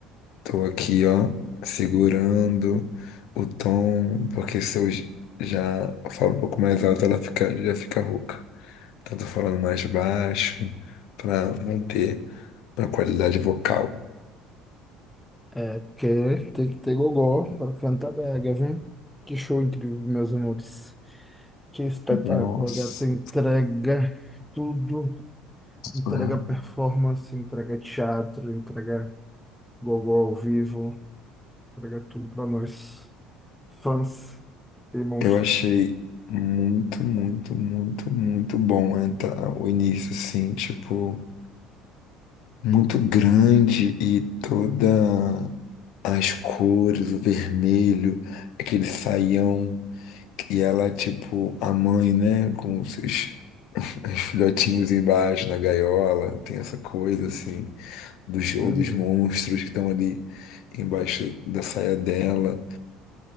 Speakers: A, on the left (about 70°); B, in the centre.
A: tô aqui, ó, segurando o tom, porque se eu j- já falo um pouco mais alto, ela fica, já fica rouca. Então tô falando mais baixo para manter a qualidade vocal.
B: É, porque tem que ter gogó para cantar brega, viu? Que show incrível, meus amores. Que espetáculo,
A: Nossa,
B: a gata entrega tudo,
A: surreal.
B: entrega performance, entrega teatro, entrega gogó ao vivo, entrega tudo para nós, fãs e monstros.
A: Eu achei muito, muito, muito, muito bom né, tá? O início, assim, tipo, muito grande e toda as cores, o vermelho, aquele saião, e ela, tipo, a mãe, né, com os seus os filhotinhos embaixo na gaiola, tem essa coisa, assim, dos, ou
B: Uhum.
A: dos monstros que estão ali embaixo da saia dela,